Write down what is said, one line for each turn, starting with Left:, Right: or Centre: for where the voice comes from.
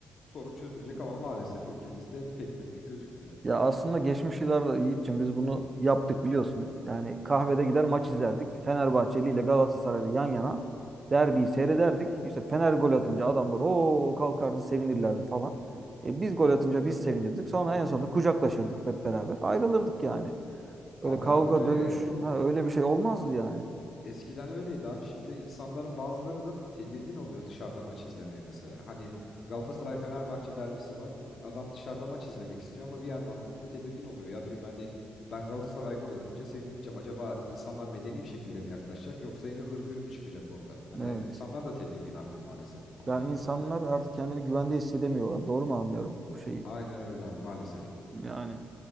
Left: sorun çözülecek ama maalesef ülkemizde pek mümkün gözükmüyor.
Right: Ya aslında geçmiş yıllarda Yiğit'ciğim biz bunu yaptık biliyorsun. Yani kahvede gider maç izlerdik. Fenerbahçeli ile Galatasaraylı yan yana derbiyi seyrederdik. İşte Fener gol atınca adamlar o kalkardı sevinirlerdi falan. E biz gol atınca biz sevinirdik. Sonra en sonunda kucaklaşırdık hep beraber. Ayrılırdık yani. Öyle
Left: Abi
Right: kavga,
Left: aynen öyle.
Right: dövüş, ha, öyle bir şey olmazdı yani.
Left: Eskiden öyleydi abi. Şimdi insanların bazıları da tedirgin oluyor dışarıda maç izlemeye mesela. Hani Galatasaray Fenerbahçe derbisi var. Adam dışarıda maç izlemek istiyor ama bir yandan da tedirgin oluyor. Ya diyor hani ben Galatasaray gol atınca sevineceğim. Acaba insanlar medeni bir şekilde mi yaklaşacak yoksa yine hırgür mü çıkacak orada? Hani
Right: Evet.
Left: insanlar da tedirgin artık maalesef bu konulardan.
Right: Yani insanlar artık kendini güvende hissedemiyorlar. Doğru mu anlıyorum bu şeyi?
Left: Aynen öyle abi maalesef ki.
Right: Yani